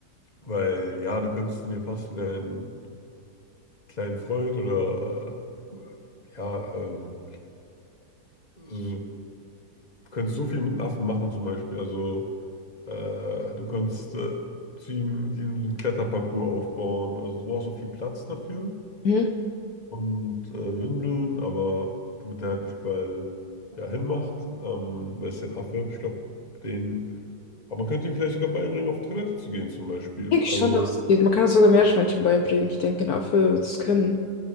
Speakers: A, on the left (about 25°); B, on the left (about 60°).
A: weil ja, du könntest den ja fast wie deinen kleinen Freund oder äh, ja, ähm, so, du könntest so viel mit einem Affen machen zum Beispiel. Also Äh, du kannst äh, zu ihm, die so einen Kletterparcours aufbauen. Also du brauchst auch viel Platz dafür
B: Mhm.
A: und äh, Windeln, aber damit er halt nicht überall ja, hinmacht, ähm, weil es ja ein Affe, ich glaube, den. Aber man könnte ihm vielleicht sogar beibringen, auf Toilette zu gehen zum Beispiel.
B: Denke ich
A: Also
B: schon, dass es geht. Man kann es sogar Meerschweinchen beibringen. Ich denke, dafür Affe wird es können.